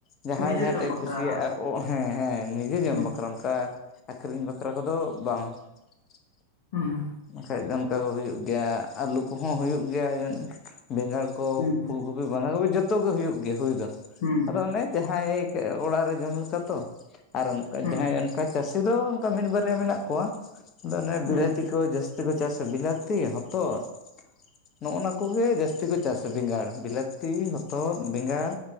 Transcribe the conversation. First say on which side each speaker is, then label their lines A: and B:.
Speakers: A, on the left; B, on the left.
A: ᱡᱟᱦᱟᱸᱭ
B: ᱱᱤᱡᱮ
A: ᱡᱟᱦᱟᱸᱴᱟᱜ
B: ᱡᱚᱢ ᱵᱟᱠᱷᱨᱟ
A: ᱮ ᱠᱩᱥᱤᱭᱟᱜ-ᱟ, ᱚ ᱦᱮᱸ ᱦᱮᱸ ᱱᱤᱡᱮ ᱡᱚᱢ
B: ᱦᱩᱸ
A: ᱵᱟᱠᱷᱨᱟ ᱚᱱᱠᱟ ᱟᱹᱠᱷᱨᱤᱧ ᱵᱟᱠᱷᱨᱟ ᱠᱚᱫᱚ ᱵᱟᱝ ᱾ <inaudible>
B: ᱦᱩᱸ ᱦᱩᱸ ᱾
A: ᱵᱟᱠᱷᱟᱡ ᱫᱚ ᱚᱱᱠᱟ ᱦᱩᱭᱩᱜ ᱜᱮᱭᱟ, ᱟᱹᱞᱩ ᱠᱚᱦᱚᱸ ᱦᱩᱭᱩᱜ ᱜᱮᱭᱟ ᱵᱮᱸᱜᱟᱲ ᱠᱚ
B: ᱦᱩᱸ
A: ᱾ ᱠᱚᱯᱤ ᱵᱟᱸᱫᱷᱟ ᱠᱚᱯᱤ ᱡᱚᱛᱚ ᱜᱮ ᱦᱩᱭᱩᱜ ᱜᱮᱭᱟ ᱦᱩᱭ ᱫᱚ ᱾
B: ᱦᱩᱸ
A: ᱟᱫᱚ ᱚᱱᱮ ᱡᱟᱦᱟᱸᱭ ᱚᱲᱟᱜ ᱨᱮ ᱡᱚᱢ ᱞᱮᱠᱟ ᱛᱚ ᱟᱨ ᱚᱱᱠᱟ
B: ᱦᱩᱸ
A: ᱡᱟᱦᱟᱸᱭ ᱚᱱᱠᱟ ᱪᱟᱹᱥᱤ ᱫᱚ ᱚᱱᱠᱟ ᱢᱤᱫ ᱵᱟᱨᱭᱟ ᱢᱮᱱᱟᱜ ᱠᱚᱣᱟ ᱾ ᱟᱫᱚ ᱚᱱᱮ
B: ᱦᱩᱸ
A: ᱵᱤᱞᱟᱹᱛᱤ ᱠᱚ ᱡᱟᱹᱥᱛᱤ ᱠᱚ ᱪᱟᱥᱟ ᱾ ᱵᱤᱞᱟᱹᱛᱤ, ᱦᱚᱛᱚᱫ ᱱᱚᱜ-ᱚᱱᱟ ᱠᱚᱜᱮ ᱡᱟᱹᱥᱛᱤ ᱠᱚ ᱪᱟᱥᱟ ᱵᱮᱸᱜᱟᱲ ᱾ ᱵᱤᱞᱟᱹᱛᱤ ᱦᱚᱛᱚᱫ ᱵᱮᱸᱜᱟᱲ